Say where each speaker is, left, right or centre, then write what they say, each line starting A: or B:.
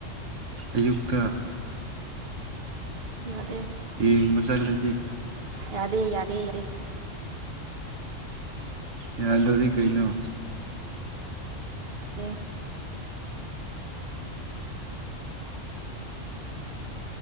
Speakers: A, on the right (about 75°); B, on the right (about 50°).
A: ꯑꯌꯨꯛꯇ
B: ꯌꯗꯦ
A: ꯌꯦꯡꯕ ꯆꯠꯂꯗꯤ
B: ꯌꯥꯗꯦ ꯌꯥꯗꯦ ꯌꯥꯔꯦ
A: ꯌꯥꯗꯗꯤ ꯀꯩꯅꯣ
B: ꯑꯦ